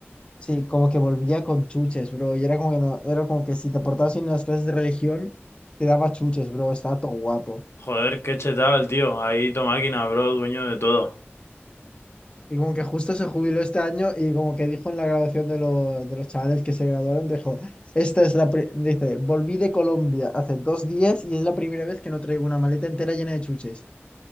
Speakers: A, on the left; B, on the left.
A: Sí, como que volvía con chuches, bro. Y era como que no, era como que si te portabas bien en las clases de religión, te daba chuches, bro. Estaba todo guapo.
B: Joder, qué chetado el tío. Ahí tu máquina, bro, dueño de todo.
A: Y como que justo se jubiló este año y como que dijo en la graduación de, lo- de los chavales que se graduaron, dijo, esta es la, pri- dice, volví de Colombia hace dos días y es la primera vez que no traigo una maleta entera llena de chuches.